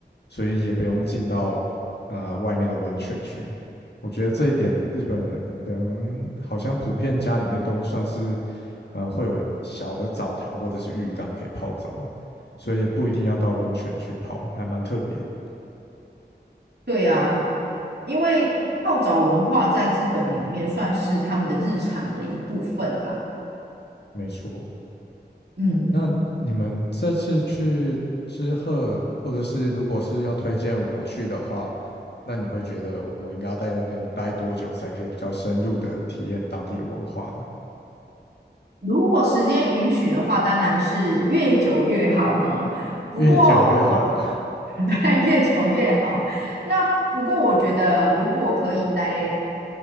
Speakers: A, on the left; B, on the right.
A: 所以也不用进到呃外面的温泉区。我觉得这一点日本人好像普遍家里面都算是呃会有小的澡堂或者是浴缸可以泡澡。所以也不一定要到温泉去泡，还蛮特别的。
B: 对啊，因为泡澡文化在日本里面算是他们的日常的一部分啦。
A: 没错，
B: 嗯。
A: 那你们这次去之后，或者是如果是要推荐我去的话，那你会觉得我应该要在那边待多久才可以比较深入的体验当地的文化呢？
B: 如果时间允许的话，当然是越久越好呢。
A: 越久越好，
B: 不过我 <laughs> 对越久越好。那不过我觉得，如果可以待